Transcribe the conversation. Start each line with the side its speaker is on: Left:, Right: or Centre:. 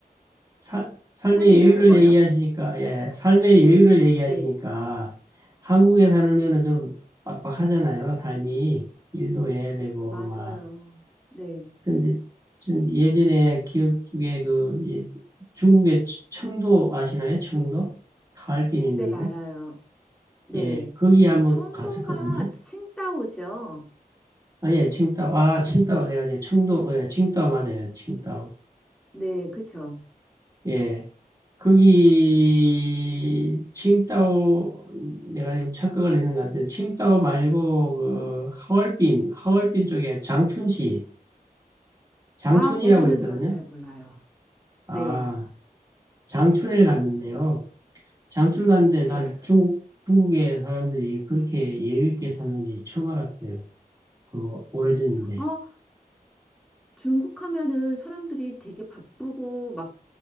Right: 살 삶의
Centre: 삶의
Right: 여유를
Centre: 여유 뭐요?
Right: 얘기하시니까, 예, 삶의 여유를 얘기하시니까,
Centre: 네,
Right: 한국에 살면은 좀 빡빡하잖아요, 삶이. 일도 해야 되고,
Centre: 맞아요.
Right: 막.
Centre: 네,
Right: 근데, 전 예전에 기억 중에 그, 예, 중국의 청- 청도 아시나요? 청도? 하얼빈 있는데.
Centre: 네, 알아요. 네.
Right: 예, 거기 한번
Centre: 청도가
Right: 갔었거든요.
Centre: 칭다오죠.
Right: 아, 예, 칭다오. 아, 칭다오. 내가 이제 청도, 어, 예, 칭다오 맞아요. 칭다오.
Centre: 네, 그쵸.
Right: 예. 거기 칭따오 내가 지금 착각을 했는 것 같은데 칭따오 말고 그 하얼빈 하얼빈 쪽에 장춘시 장춘이라고
Centre: 아, 거기는
Right: 있거든요.
Centre: 저는 잘 몰라요.
Right: 아
Centre: 네,
Right: 장춘에 갔는데요. 장춘 갔는데
Centre: 네.
Right: 난 중국 중국의 사람들이 그렇게 예의 있게 사는지 처음 알았어요. 그 오래전인데.
Centre: 아, 중국 하면은 사람들이 되게 바쁘고 막